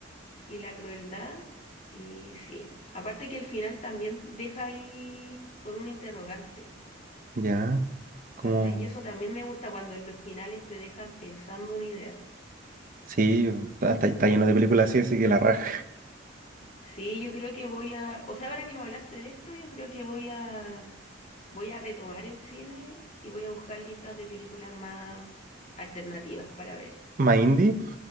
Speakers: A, on the left (about 40°); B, on the right (about 45°).
A: y la crueldad. Y sí, aparte que el final también deja ahí con un interrogante.
B: ya. Como,
A: ¿Cachai? Y eso también me gusta cuando en los finales te dejan pensando una idea.
B: sí, o- está,
A: ¿Cachai?
B: está- está lleno de películas así, así que la raja.
A: Sí, yo creo que voy a, o sea, ahora que me hablaste de esto, yo creo que voy a, voy a retomar el cine y voy a buscar listas de películas más alternativas para ver.
B: <laughs> ¿Más indie?